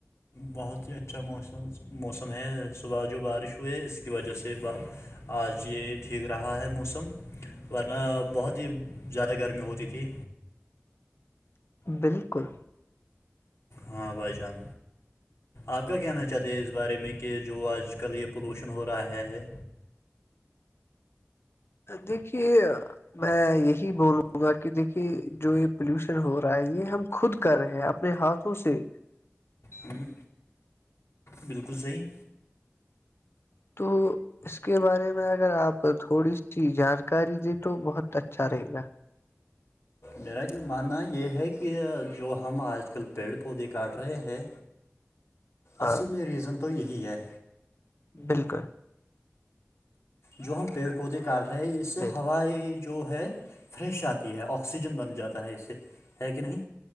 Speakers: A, on the left; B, on the left.
A: بہت ہی اچھا موسم موسم ہے صبح جو بارش ہوئے اس کی وجہ سے سے ب آج یہ ٹھیک رہا ہے موسم ورنہ بہت ہی زیادہ گرمی ہوتی تھی
B: بالکل
A: ہاں بھ جان آپ کا کہنا چاہتے ہیں اس بارے میں کہ جو آج کل یہ پولوشن ہو رہا ہے
B: دیکھیے میں یہی بولوں گا کہ دیکھیے جو یہ پولوشن ہو رہا ہے یہ ہم خود کر رہے ہیں اپنے ہاتھوں سے
A: ہوں بالکل صحیح
B: تو اس کے بارے میں اگر آپ تھوڑی سی جانکاری دیں تو بہت اچھا رہے گا
A: میرا ماننا یہ ہے کہ جو ہم آج کل پیڑ پودے کاٹ رہے ہیں
B: ہاں
A: اصل میں ریزن تو یہی ہے
B: بالکل
A: جو ہم پیڑ پودے کاٹ رہے ہیں اس سے
B: ب
A: ہوائی جو ہے فریش آتی ہے آکسیجن بن جاتا ہے اس سے ہے کہ نہیں